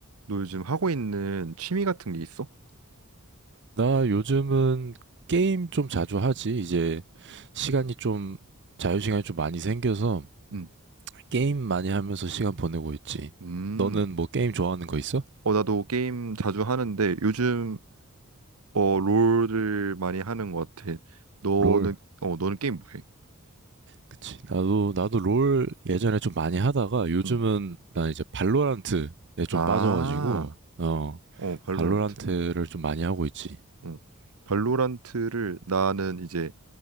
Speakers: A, on the right; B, on the right.
A: 너 요즘 하고 있는 취미 같은 게 있어?
B: 나 요즘은 게임 좀 자주 하지. 이제 시간이 좀, 자유시간이 좀 많이 생겨서
A: 응.
B: 게임 많이 하면서 시간 보내고 있지.
A: 음.
B: 너는 뭐 게임 좋아하는 거 있어?
A: 어, 나도 게임 자주 하는데 요즘 어, 롤을 많이 하는 것 같아. 너는
B: 롤.
A: 어, 너는 게임 뭐 해?
B: 그치. 나도, 나도 롤 예전에 좀 많이 하다가 요즘은
A: 응.
B: 나 이제 발로란트에 좀
A: 아.
B: 빠져가지고, 어,
A: 어, 발로란트.
B: 발로란트를 좀 많이 하고 있지.
A: 응. 발로란트를 나는 이제